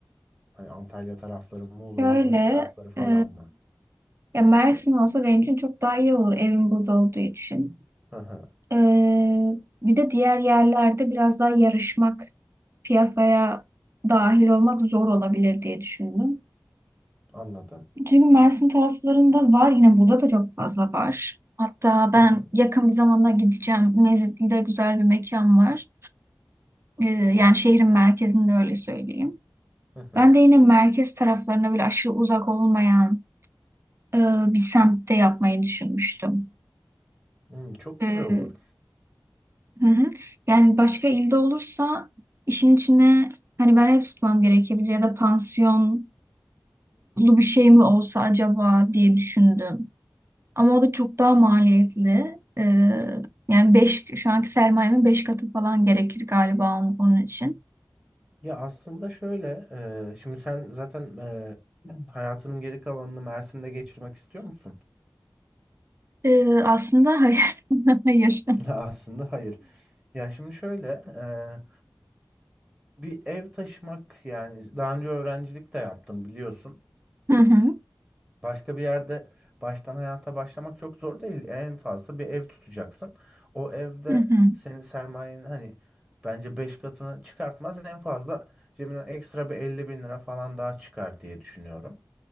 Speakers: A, on the right (about 20°); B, on the right (about 35°).
A: Hani Antalya tarafları, Muğla,
B: şöyle
A: İzmir tarafları falan
B: e,
A: mı?
B: ya Mersin olsa benim için çok daha iyi olur evim burada olduğu için.
A: Hı hı.
B: E, bir de diğer yerlerde biraz daha yarışmak, piyasaya dahil olmak zor olabilir diye düşündüm.
A: Anladım.
B: Çünkü Mersin taraflarında var yine burada da çok fazla var. Hatta ben
A: Hı hı.
B: yakın bir zamanda gideceğim. Mezitli'de güzel bir mekan var. Ee, yani şehrin merkezinde öyle söyleyeyim.
A: Hı hı.
B: Ben de yine merkez taraflarına böyle aşırı uzak olmayan e, bir semtte yapmayı düşünmüştüm.
A: Hmm, çok
B: Ee,
A: güzel olur.
B: hı hı. Yani başka ilde olursa işin içine hani ben ev tutmam gerekebilir ya da pansiyonlu bir şey mi olsa acaba diye düşündüm. Ama o da çok daha maliyetli. Ee, yani beş, şu anki sermayemin beş katı falan gerekir galiba onun, onun için.
A: Ya aslında şöyle, e, şimdi sen zaten e, <clears throat> hayatının geri kalanını Mersin'de geçirmek istiyor musun? <laughs>
B: Ee, aslında hayır. <laughs> Hayır.
A: Ya Aslında hayır. Ya şimdi şöyle, e, bir ev taşımak yani daha önce öğrencilik de yaptım biliyorsun.
B: Hı hı,
A: Başka bir yerde baştan hayata başlamak çok zor değil. En fazla bir ev tutacaksın. O evde
B: hı hı,
A: senin sermayenin hani bence 5 katını çıkartmaz. En fazla cebinden ekstra bir elli bin lira falan daha çıkar diye düşünüyorum.